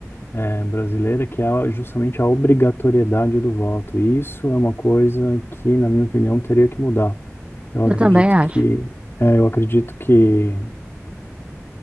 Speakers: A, on the left; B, on the right.
A: é, brasileira, que é a- justamente a obrigatoriedade do voto. E isso é uma coisa que, na minha opinião, teria que mudar. Eu acredito
B: Eu também acho.
A: que, é, eu acredito que